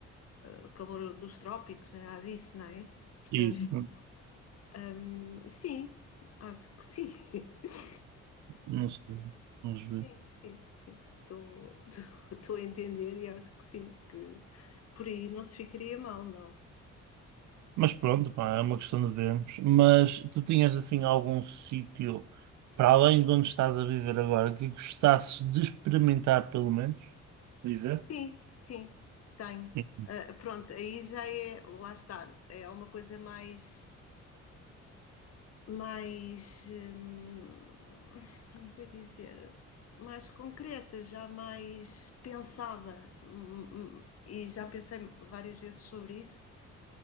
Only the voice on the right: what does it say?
Isso, não,
não sei. Vamos ver.
Mas pronto, pá, é uma questão de vermos. Mas tu tinhas assim algum sítio para além de onde estás a viver agora que gostasses de experimentar, pelo menos? Viver?
Sim.